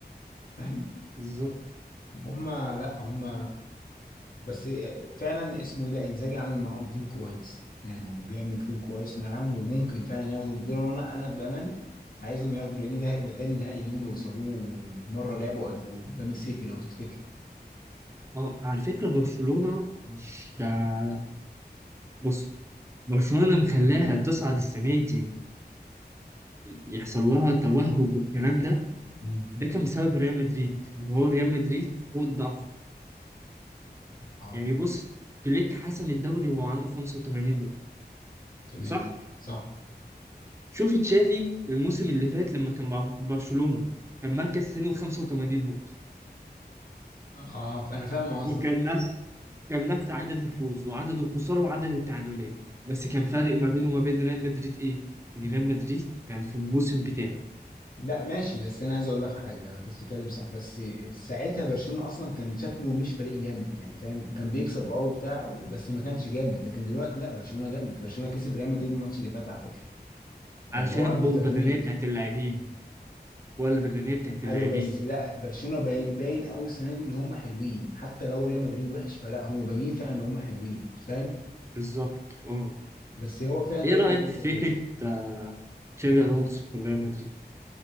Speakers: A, on the left (about 55°); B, on the right (about 15°).
A: فاهم
B: بالظبط
A: هم لا هم بس آه، فعلا اسمه ايه ده انزاجي عامل معاهم تيم كويس يعني بيعمل تيم كويس معاهم وممكن فعلا ياخدوا البطوله وانا انا بامانه عايزهم ياخدوا لان ده هيبقى تاني نهائي ليهم يوصلوه مره لعبوا قد- قدام السيتي لو تفتكر
B: اه على فكرة برشلونة مش آه، بص برشلونة مخلاها تصعد السنة دي ويحصل لها توهج والكلام ده
A: مم.
B: ده كان بسبب ريال مدريد ان هو ريال مدريد هو الضعف
A: آه،
B: يعني بص فليك حسم الدوري وهو عنده 85 نقطة
A: تمام
B: صح؟
A: صح
B: شوف تشافي الموسم اللي فات لما كان مع برشلونة كان مركز ثاني و85 نقطة
A: آه، فأنا فاهم قصدك
B: وكان نفس كان نفس عدد الفوز وعدد الخسارة وعدد التعادلات بس كان فارق ما بينه وما بين ريال مدريد إيه؟ إن
A: أي-
B: ريال مدريد يعني في الموسم بتاعه
A: لا ماشي بس انا عايز اقول لك حاجه انت بتتكلم صح بس ساعتها برشلونه اصلا كان شكله مش فريق جامد يعني فاهم كان بيكسب اه وبتاع بس ما كانش جامد لكن دلوقتي لا برشلونه جامد برشلونه كسب ريال مدريد الماتش اللي فات على فكره
B: علشان
A: اللي هو قبل
B: القوة
A: تتويج
B: البدنية بتاعت اللاعبين والبدنية بتاعت اللاعبين
A: ايوه بس لا برشلونه باي- باين قوي السنه دي اللي هم حلوين حتى لو ريال مدريد وحش فلا هم باينين فعلا ان هم حلوين فاهم
B: بالظبط أه
A: بس هو فعلا
B: إيه
A: ريال
B: رأيك
A: مدريد
B: في
A: برضه
B: فكرة آه، تشافي ألونسو في ريال مدريد؟